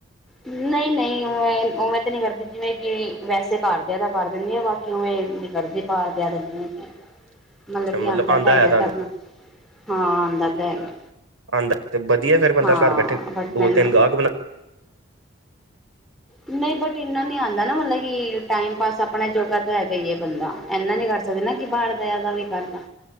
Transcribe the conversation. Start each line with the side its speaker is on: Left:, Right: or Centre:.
Centre: ਨਹੀਂ-ਨਹੀਂ ਉਵੇਂ ਤਾਂ ਨਹੀਂ ਕਰਦੀ ਜਿਵੇਂ ਕਿ ਵੈਸੇ ਘਰਦਿਆ ਦਾ ਕਰ ਦਿੰਦੀ ਆ ਬਸ। ਉਹ ਮੈਂ ਇਹ ਨੀ ਕਰਦੀ ਬਾਹਰ ਇਜਾਜ਼ਤ ਨੀ ਹੈਗੀ।
Right: <inaudible>
Centre: ਮਤਲਬ ਕੀ ਆਂਦਾ
Right: ਆਉਂਦਾ
Centre: ਤਾਂ ਹੈਗਾ
Right: ਹੈ ਤੁਹਾਨੂੰ
Centre: ਕਰਨਾ, ਹਾਂ ਆਂਦਾ ਤਾਂ ਹੈਗਾ।
Right: ਆਂਦਾ ਤੇ ਵਧੀਆ ਫੇਰ ਬੰਦਾ
Centre: ਹਾਂ
Right: ਘਰ ਬੈਠੇ
Centre: ਬਟ
Right: ਦੋ-ਤਿੰਨ
Centre: ਮੈਨੂੰ
Right: ਗਾਹਕ ਬਣਾ
Centre: ਨਹੀਂ ਬਟ ਇੰਨਾ ਨੀ ਆਂਦਾ ਨਾ ਮਤਲਬ ਕਿ ਟਾਈਮ ਪਾਸ ਆਪਣਾ ਜੋਗਾ ਹੈਗਾ ਈ ਏ ਬੰਦਾ, ਇਨਾ ਨੀ ਕਰ ਸਕਦੇ ਨਾ ਕਿ ਬਾਹਰ ਦਿਆ ਦਾ ਵੀ ਕਰਦਾ।